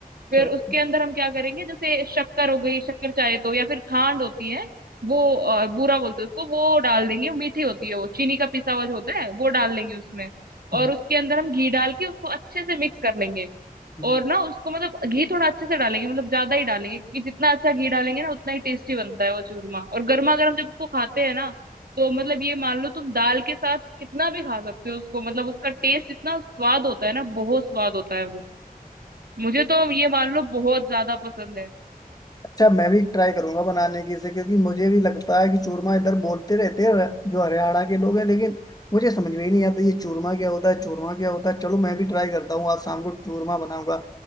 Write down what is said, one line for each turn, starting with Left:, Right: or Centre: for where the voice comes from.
Left: अच्छा
Right: फिर
Left: अच्छा।
Right: उसके अंदर हम क्या करेंगे जैसे शक्कर हो गई शक्कर चाहे तो या फिर खांड होती है वो अ, बूरा बोलते हैं उसको वो डाल देंगे मीठी होती है वो चीनी का पिसा हुआ जो होता है वो डाल देंगे उसमें
Left: हम्म,
Right: और उसके अंदर हम घी डाल के उसको अच्छे से मिक्स कर लेंगे
Left: हम्म।
Right: और ना उसको मतलब घी थोड़ा अच्छे से डालेंगे मतलब ज्यादा ही डालेंगे क्योंकि जितना अच्छा घी डालेंगे ना उतना ही टेस्टी बनता है वो चूरमा और गर्मा गर्म जब उसको खाते हैं ना तो मतलब ये मान लो तुम दाल के साथ कितना भी खा सकते हो उसको मतलब उसका टेस्ट इतना स्वाद होता है ना बहुत स्वाद होता है वो मुझे तो ये मान लो बहुत ज्यादा पसंद है
Left: अच्छा मैं भी ट्राई करूंगा बनाने की इसे क्योंकि मुझे भी लगता है कि चूरमा इधर बोलते रहते हैं जो हरियाणा के लोग हैं लेकिन मुझे समझ में ही नहीं आता ये चूरमा क्या होता है चूरमा क्या होता है चलो मैं भी ट्राई करता हूँ आज शाम को चूरमा बनाऊंगा